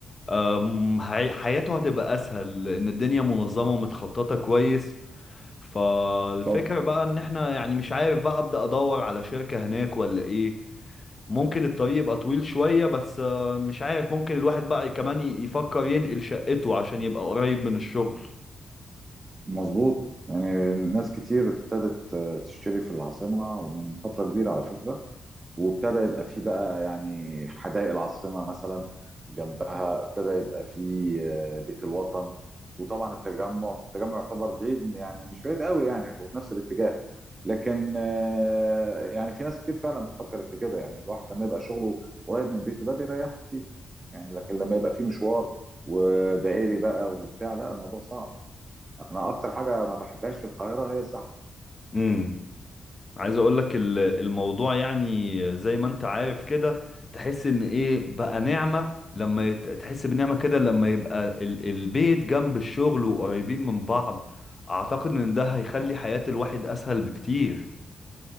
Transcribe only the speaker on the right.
طبعا
مظبوط يعني ناس كتير ابتدت آه، تشتري في العاصمه ومن فتره كبيره على فكره وابتدى يبقى فيه بقى يعني حدائق العاصمة مثلا جنبها ابتدى يبقى فيه آه، بيت الوطن وطبعا التجمع بس التجمع يعتبر بعيد يعني مش بعيد قوي يعني هو في نفس الاتجاه لكن آه، يعني في ناس كتير فعلا بتفكر في كده يعني الواحد لما يبقى شغله قريب من بيته ده بيريحه كتير يعني لكن لما يبقى فيه مشوار ودائري بقى وبتاع لا الموضوع صعب انا اكتر حاجة ما بحبهاش في القاهرة هي الزحمة
اه